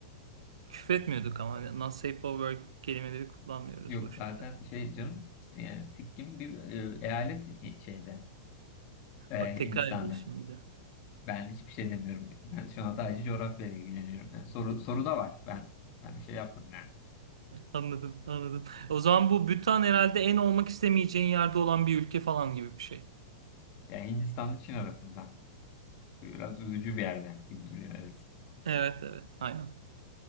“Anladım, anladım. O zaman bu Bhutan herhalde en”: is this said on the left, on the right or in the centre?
Right